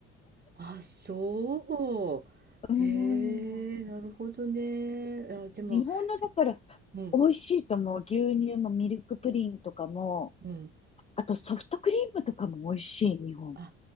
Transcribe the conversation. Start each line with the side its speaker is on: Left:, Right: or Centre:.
Right: あ、そ
Left: うーん。
Right: う。へえ、なるほどね。あ、でも、
Left: 日本のだから、
Right: そ、うん、
Left: 美味しいと思う。牛乳もミルクプリンとかも、
Right: うん。
Left: あとソフトクリームとかも美味しい、日本。
Right: あ、